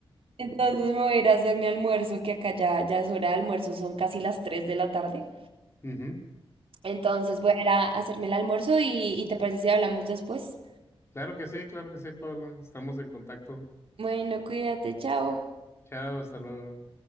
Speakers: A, on the right; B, on the left.
A: Entonces me voy a ir a hacer mi almuerzo, que acá ya, ya es hora de almuerzo, son casi las 3 de la tarde.
B: Ujú.
A: Entonces voy a ir a hacerme el almuerzo y, y te parece si hablamos después.
B: Claro que sí, claro que sí, Pablo. Estamos en contacto.
A: Bueno, cuídate, chao.
B: Chao, hasta luego.